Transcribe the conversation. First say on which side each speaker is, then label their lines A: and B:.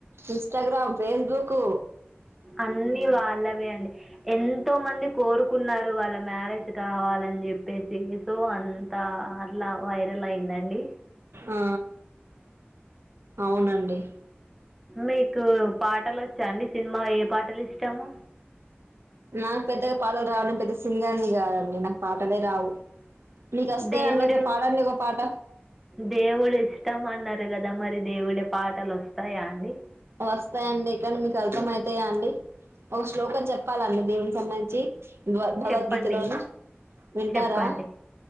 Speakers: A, on the right (about 80°); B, in the centre.
A: ఇన్స్టాగ్రామ్ ఫేస్బుక్ దూకు
B: అన్ని వాళ్ళవే అండి ఎంతో మంది కోరుకున్నారు వాళ్ళ మ్యారేజ్ కావాలని చెప్పేసి సో అంతా అట్లా వైరల్ అయిందండి
A: ఆ అవునండి
B: మీకు పాటలు వచ్చా అండి సినిమా ఏ పాటలు ఇష్టాము
A: నాకు పెద్దగా పాటలు రావ పెద్ద సింగర్ని కాదండి నాకు పాటలే రావు నీకస్తయి
B: దేవుడు
A: అండి పాడండి ఒక పాట
B: దేవుడు ఇష్టం అన్నారు కదా మరి దేవుడి పాటలు వస్తాయా అండి
A: వస్తాయండి కానీ మీకు అర్థం అయితాయా అండి ఒక శ్లోకం చెప్పాలండి దేవునికి సంబంధించి భగవద్గీతలోన
B: చెప్పండి
A: వింటారా
B: చెప్పండి